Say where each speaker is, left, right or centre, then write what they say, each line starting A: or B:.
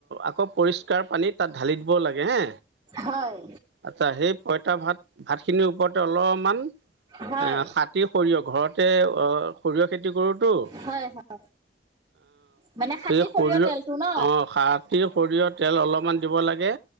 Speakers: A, on the right; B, on the right.
A: আকৌ পৰিষ্কাৰ পানী তাত ঢালি দিব লাগে হে।
B: হয়।
A: আচ্ছা সেই পইতা ভাত ভাত খিনিৰ ওপৰতে অলপমান
B: হয়।
A: এ খাতি। সৰিয়হ ঘৰতে সৰিয়হ খেতি কৰোঁ।
B: হয় হয় মানে খাটি
A: সেই
B: সৰিয়হ
A: শৰীৰ
B: তেলটো ন?
A: অ সাত। সৰিয়হ তেল অলপমান দিব লাগে,